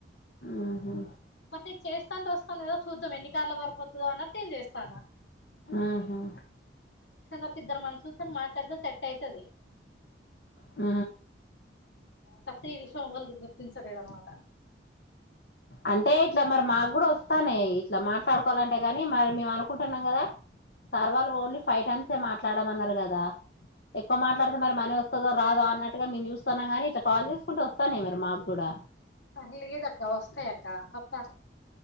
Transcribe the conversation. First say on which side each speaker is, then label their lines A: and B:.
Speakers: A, on the left; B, on the left.
A: ఉహు
B: మ చేస్త అంటే వస్తుంది కదా చూద్దాం ఎన్నికళ్ళ వరకువుతుందో అన్నట్టుేం చేస్తాను
A: ఆహా
B: వరకు ఇద్దరు మనసుులు తన మాట్లాడతా సెట్ అయితది
A: ఆ
B: కపో ఈ విషయం వల్ది గుర్తి సరేద అన్నమాట
A: అంటే ఇట్లా మరి మాకు కూడా వస్తానే ఇట్లా మాట్లాడుకోవాలంటే కాని మరి మేము అనుకుంటున్నాం కదా సార్ వాళ్ళు ఓన్లీ ఫైవ్ టైమ్సే మాట్లాడమన్నారు కదా ఎక్కువ మాట్లాడుత మ వస్తుో రాదో అన్నట్టుగా మేము చూస్తాన్నాగాని ఇట్లా కాల్ చేసుకుంటే వస్తానే మరి మాకు కూడా
B: అలిగ ఇద అక్క వస్తా అక్కప్ప